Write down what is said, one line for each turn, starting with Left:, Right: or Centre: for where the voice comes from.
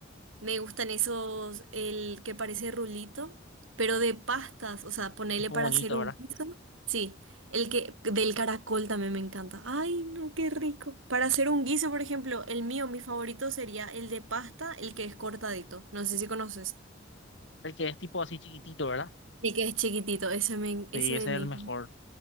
Right: Me gustan esos, el que parece rulito, pero de pastas, o sea, ponerle
Left: Tipo
Right: para
Left: bonito,
Right: hacer un
Left: ¿verdad?
Right: guiso. Sí, el que del caracol también me encanta. Ay, no, qué rico. Para hacer un guiso, por ejemplo, el mío, mi favorito sería el de pasta, el que es cortadito. No sé si conoces.
Left: El que es tipo así chiquitito, ¿verdad?
Right: El que es chiquitito, ese me, ese
Left: Sí,
Right: de
Left: ese
Right: niña.
Left: es el mejor.